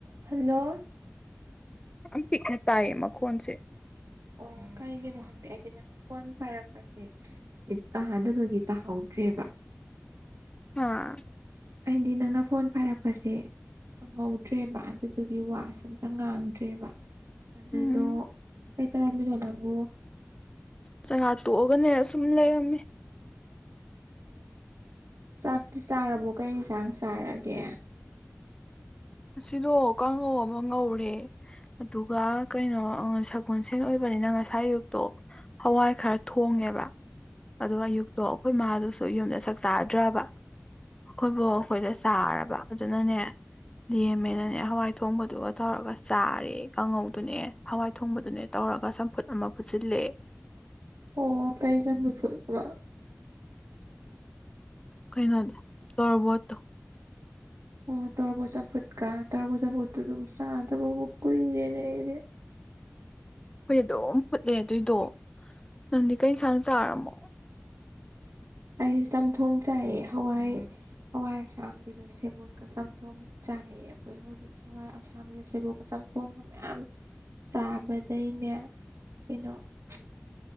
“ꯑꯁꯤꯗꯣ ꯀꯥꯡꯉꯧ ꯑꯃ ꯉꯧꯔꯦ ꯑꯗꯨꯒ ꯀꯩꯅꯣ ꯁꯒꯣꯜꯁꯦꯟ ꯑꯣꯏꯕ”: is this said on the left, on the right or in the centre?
Left